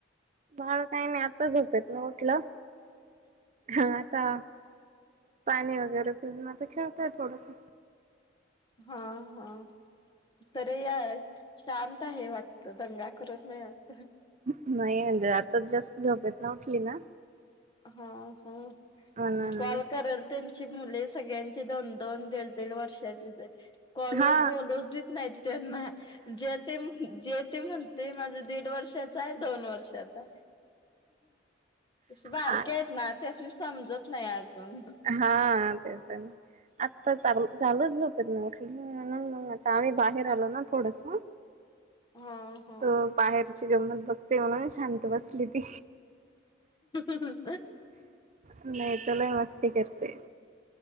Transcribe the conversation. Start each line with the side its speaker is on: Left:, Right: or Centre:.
Right: बाळ काही नाही आता झोपेत ना लं हा आता पाणी वगैरे पिऊण तर खेळतय थोडस
Left: हा हा त या शांत आहे वाटत दंगा करत नाहीत
Right: नाही म्हणजे आता जास्त झपेत ना उठली ना
Left: हा हा
Right: म्हणून
Left: म कॉल करलते मुले सगळ्यांचे दोन दन दीड दीड वर्षाची कॉलवर
Right: हा
Left: बडच देत नाहीत त्यांना जेथ जे ते म्हण ते माझं दीड वर्षाचा आहे दोन वर्षाचा त बारक्या
Right: हा
Left: आहेत ना ते अस समजत नाही अजून
Right: हा ते पण आत्ता चाल चालूच झोपत नाट आतामही बाहेर आलो ना थोडस
Left: हा होा
Right: त बाहेरची गंमत बघते म्हणून शांत बसली ती
Left: हम्म
Right: नाही तला मस्ती करते